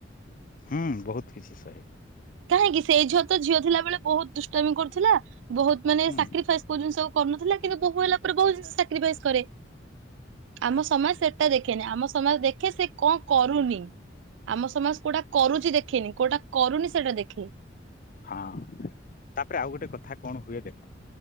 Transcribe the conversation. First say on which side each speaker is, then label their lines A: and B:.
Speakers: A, on the left; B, on the right.
A: ହୁଁ ବହୁତ କିଛି ସହେ
B: କାହିଁକି ସେଇ ଝିଅ ତ ଝିଅ ଥିଲା ବେଳେ ବହୁତ ଦୁଷ୍ଟାମି କରୁଥିଲା ବହୁତ ମାନେ
A: ହୁଁ
B: ସାକ୍ରିଫାଇସ୍ କରୁଚନ୍ତି ସବୁ କରୁନଥିଲା କିନ୍ତୁ ବୋଉ ହେଲା ପରେ ବହୁତ ଜିନିଷ ସାକ୍ରିଫାଇସ କରେ ଆମ ସମାଜ ସେଟା ଦେଖେନି ଆମ ସ ସମଜ ଦେଖେ ସେ କଣ କରୁନି ଆମ ସମାଜ କୋଉଟା କରୁଚି ଦେଖିନି କୋଉଟା କରୁନି ସେଟା ଦେଖେ।
A: ହଁ ତାପରେ ଆଉ ଗୋଟେ କଥା କଣ ହୁଏ ଦେଖ